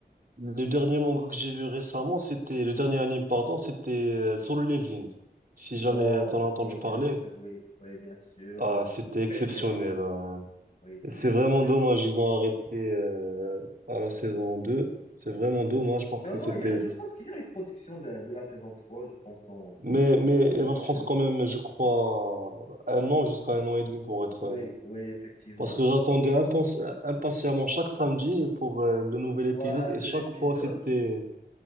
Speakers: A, on the right (about 55°); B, on the left (about 40°).
A: Le dernier manga que j'ai vu récemment, c'était, le dernier anime, pardon, c'était euh, Solo Leveling. Si jamais
B: Oh,
A: t'en as entendu
B: oh, bien
A: parler,
B: sûr, oui, oui, bien sûr.
A: ah,
B: hein.
A: c'était
B: Très,
A: exceptionnel.
B: très bon ami.
A: hein.
B: Oui, très,
A: C'est
B: très.
A: vraiment
B: En fait,
A: dommage, ils ont arrêté euh, à la saison 2. C'est vraiment dommage parce
B: non,
A: que
B: non,
A: c'était...
B: il y a- je pense qu'il y a une production de, de la saison trois je pense, en-
A: Mais, mais
B: l'année
A: elle va
B: prochaine.
A: prendre quand même, je crois, un an jusqu'à un an et demi pour être...
B: Oui,
A: euh,
B: oui, effectivement.
A: Parce que j'attendais impens- impatiemment chaque samedi pour euh, le nouvel
B: Pour voir
A: épisode
B: un seul
A: et chaque
B: épisode.
A: fois c'était...